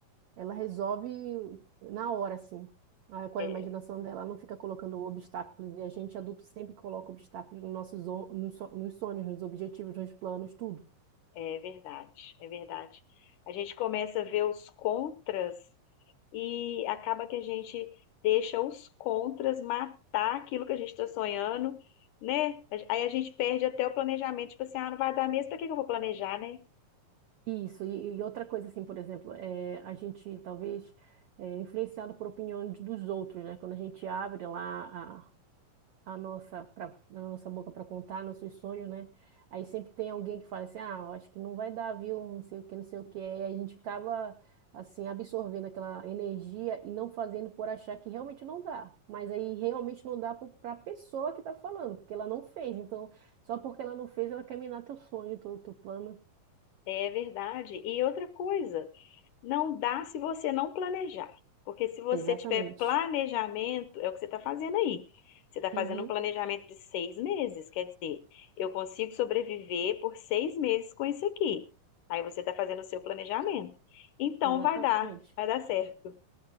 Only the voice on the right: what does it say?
ela resolve na hora, assim, a- com
a imaginação dela. Ela não fica colocando obstáculos. E a gente, adulto, sempre coloca obstáculos nos nossos, on- nos so- nos sonhos, nos objetivos, nos planos, tudo.
Isso, e, e outra coisa, assim, por exemplo, é, a gente talvez é influenciado por opiniões de- dos outros, né? Quando a gente abre lá a, a nossa, pra, a nossa boca para contar nossos sonhos, né? Aí sempre tem alguém que fala assim: ah, eu acho que não vai dar, viu? Não sei o que, não sei o que. Aí a gente acaba, assim, absorvendo aquela energia e não fazendo por achar que realmente não dá. Mas aí realmente não dá para a pessoa que está falando, porque ela não fez. Então, só porque ela não fez, ela quer minar teu sonho, teu, teu plano.
Exatamente.
Uhum,
exatamente.